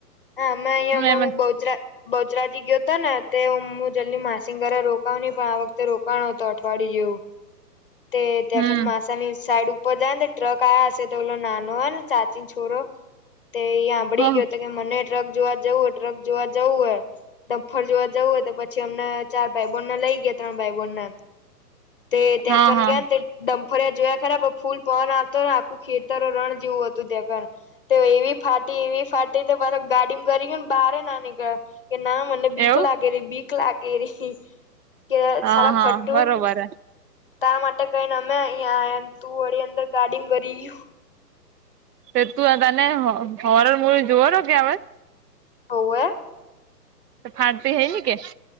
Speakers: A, on the left; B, on the right.
A: હા, અમે અહીિયાં હમણાં
B: એમ
A: હું
B: જ
A: બહુચરા બહુચરાજી ગયો હતો ને તે હું જલ્દી માસીના ઘરે રોકાવ નહી, પણ આ વખતે રોકાણો હતો અઠવાડિય જેવું. તે ઢાંકણ
B: હમ
A: મા વાસણ ની સાડુ. બધાને જ ટ્ટક્ આયા છે તો ઊલો ના નોન ચાચી છોરો. તે એં હાભળી
B: હ
A: ગયો તો કે મને ટ્રક જોવા જવું હોય ટ્રક જોવા જવું હોય દમફર જોવા જવું હોય તો પછી અમને ચાર ભાઈબણ ના લઈ ગયા ત્રણ ભાઈબણને તે ત્યાં
B: હા
A: <unintelligible> ગયા
B: હા
A: તે ડમ. ફર્યા જોયા કરે ફૂલ પવન આવતો હોય આખું ખેતરો રણ જેવું હતું ત્યાં પણ તે એવી ફાટી એવી ફાટી તે ગાડી કરી ગઈ બાહરના નીકળ્યા. કે, ના મને બીક
B: એવું
A: લાગેરે બીક. લાગેરી. કે
B: હા
A: સલા
B: હા
A: ફટું
B: બરોબર હે
A: તા માટે કઈ અ અહીં આ તું વળ અંદર ગાર્ડિંગ કરીયું
B: તે તું તને હોર મળ જોુવાનોો કે હવે
A: હોવ એ
B: તો ફાટ હઈન કે